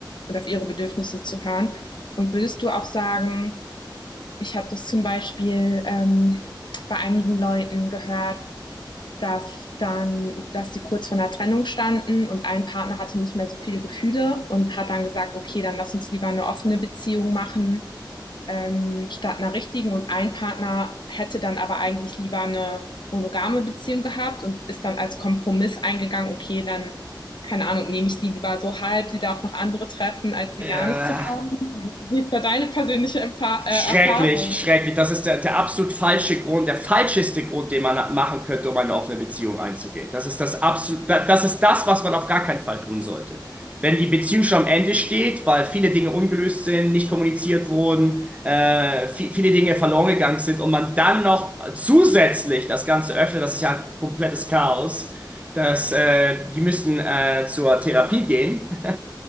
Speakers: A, on the left; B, on the right.
A: und auf ihre Bedürfnisse zu hören. Und würdest du auch sagen, ich habe das zum Beispiel ähm, bei einigen Leuten gehört, dass dann, dass sie kurz vor einer Trennung standen und ein Partner hatte nicht mehr so viele Gefühle und hat dann gesagt, okay, dann lass uns lieber eine offene Beziehung machen ähm, statt einer richtigen. Und ein Partner hätte dann aber eigentlich lieber eine monogame Beziehung gehabt und ist dann als Kompromiss eingegangen, okay, dann, keine Ahnung, nehme ich sie lieber so halb, sie darf noch andere treffen, als sie
B: Ja.
A: gar nicht zu haben. Wie ist da deine persönliche Erfahrung?
B: Schrecklich, schrecklich. Das ist der, der absolut falsche Grund, der falscheste Grund, den man machen könnte, um eine offene Beziehung einzugehen. Das ist das absolut, da- das ist das, was man auf gar keinen Fall tun sollte. Wenn die Beziehung schon am Ende steht, weil viele Dinge ungelöst sind, nicht kommuniziert wurden, äh, vi- viele Dinge verloren gegangen sind und man dann noch zusätzlich das Ganze öffnet, das ist ja ein komplettes Chaos. Dass, äh, die müssten äh, zur Therapie gehen,